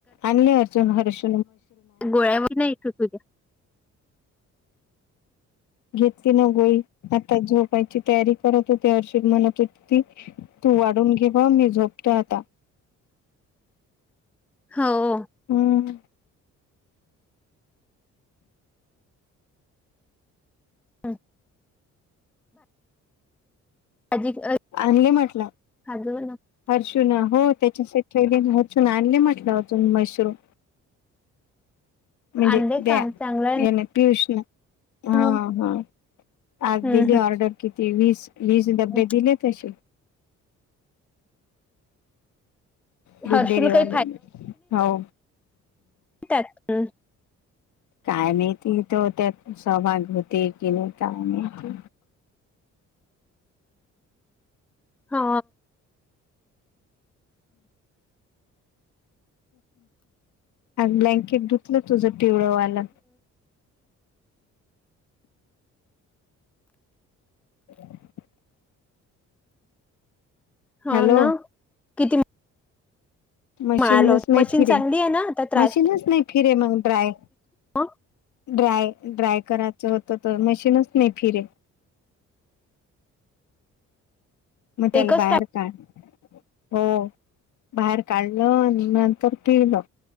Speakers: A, on the left; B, in the centre.
A: आणले अर्जुन हर्ष,
B: गोळ्यावर नाही तू तू द्या,
A: घेतली न गोळी, आता झोपायची तयारी करत होती हर्ष म्हणत होतेती. तू वाढून घेव मी झोपतो आता,
B: हो,
A: हम्म
B: हम, भाजी अ,
A: आणले म्हटलं
B: काजू
A: हर्षुना हो, त्याच्यासाठीे अचून आणले म्हटलं अजून मशरूम, म्हणजे
B: आणले
A: त्या्या
B: का चांगलं आहे
A: ना पियुष, हा
B: हम्म
A: हा आज
B: हम्म
A: दिली ऑर्डर किती वीस, वीज डबे
B: हम्म
A: दिले तसे, लुडेरीवा
B: हर्षूला काही
A: हो,
B: त्याात हम,
A: कायमती तो त्या, सभा घते कन कायमती,
B: हा,
A: ब्लँकेट धुतलं तुझ, पिवळवाला, <unintelligible>
B: हा
A: हॅलो
B: ना किती,
A: मशीनच
B: मिळालं होत
A: नाही,
B: मशीन चांगली
A: रे
B: आहे ना आता त्रास
A: मशीनच नाही, फिरे मग, ड्राय,
B: नाही. हं,
A: ड्राय ड्राय करायचं होत, तर मशीनच नाही फिरे, मग त्याला
B: एकच
A: बाहेर
B: टाक
A: काढ हो, बाहेर काढलं आणि नंतर पिलं